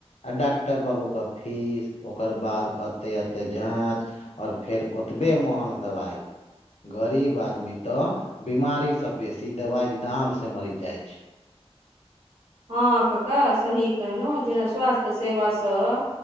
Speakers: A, on the left; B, on the right.
A: आ डॉक्टर बाबू कऽ फीस ओकर बाद एते ए ते जाँच आओर फेर ओतबे महग दबाइ गरीब आदमी तऽ बिमारी सँ बेसी दबाइ केँ दाम सँ जरी जाइ छै
B: हँ काका सही कहलहु जेना स्वास्थ्य सेवा सँ